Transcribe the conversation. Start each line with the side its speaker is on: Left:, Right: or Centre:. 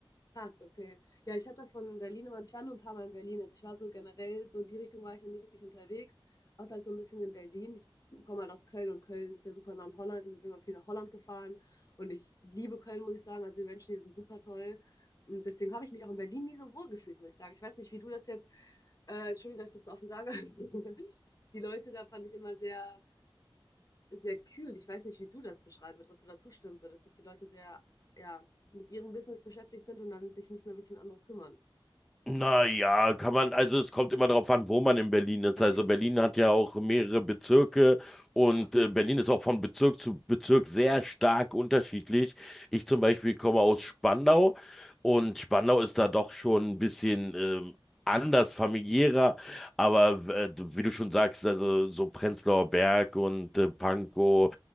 Left: Krass, okay. Ja, ich habe das von Berlin, aber ich war nur ein paar Mal in Berlin. Also ich war so generell, so in die Richtung war ich noch nie wirklich unterwegs, außer halt so ein bisschen in Berlin. Ich komme halt aus Köln und Köln ist ja super nah an Holland, also bin mal viel nach Holland gefahren und ich liebe Köln, muss ich sagen. Also die Menschen hier sind super toll. Und deswegen habe ich mich auch in Berlin nie so wohl gefühlt, muss ich sagen. Ich weiß nicht, wie du das jetzt, äh, Entschuldigung, dass ich das so offen sage. <laughs> Die Leute da fand ich immer sehr sehr kühl. Ich weiß nicht, wie du das beschreiben würdest, ob du da zustimmen würdest, dass die Leute sehr, ja, mit ihrem Business beschäftigt sind und dann sich nicht mehr wirklich um andere kümmern.
Centre: Naja, kann man, also es kommt immer darauf an, wo man in Berlin ist.
Left: Natürlich.
Centre: Also Berlin hat ja auch mehrere Bezirke und
Left: Ja.
Centre: äh, Berlin ist auch von Bezirk zu Bezirk sehr stark unterschiedlich. Ich zum Beispiel komme aus Spandau und Spandau ist da doch schon ein bisschen ähm, anders, familiärer, aber äh, wie du schon sagst, also so Prenzlauer Berg und äh, Pankow,